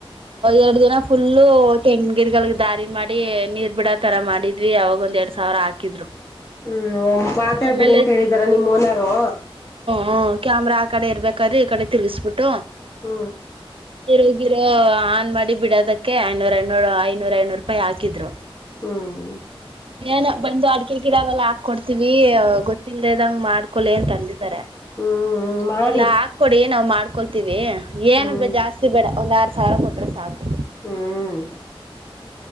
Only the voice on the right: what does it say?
ಎರಡ್ ದಿನ ಫುಲ್ಲು ತೆಂಗ ಗಿಡಗಳ ದಾರಿ ಮಾಡಿ ನೀರ್ ಬಿಡ ತರ ಮಾಡಿದ್ವಿ ಅವಾಗ ಒಂದ್ ಎರಡ್ ಸಾವಿರ ಹಾಕಿದ್ರು
ಆಮೇಲೆ
ಹ್ಮ ಕ್ಯಾಮ್ರಾ ಆ ಕಡೆ ಇರ್ಬೇಕಾದ್ರೆ ಈ ಕಡೆ ತ ತಿರುಗಿಸ್ಬಿಟ್ಟು.
ನೀರುಗಿರೋ ಆನ್ ಮಾಡಿ ಬಿಡೋದಕ್ಕೆ ಐನೂರ ಐನೂರು ಐನೂರ ಐನೂರು ರೂಪಾಯಿ ಹಾಕಿದ್ರು
ಏನ ಬಂದು ಆಡ್ ಗಿಡಾವೆಲ್ಲ ಹಾಕ ಕೊಡ್ತೀವಿ. ಗೊತ್ತಿಲ್ಲಲ್ದ ಇದದಂಗ್ ಮಾಡ್ಕೊೊಳ್ಳ ಅಂತ ಅಂದಿದ್ದಾರೆ
ಎಲ್ಲ ಹಾಕೊಡಿ. ನಾವ್ ಮಾಡ್ಕೊಳ್ತೀವಿ ಏನು
ಬ ಜಾಸ್ತಿ ಬೇಡ ಒಂದ್ ಆ ಸಾಲ ಕೊಟ್ರೆ ಸಾಕು.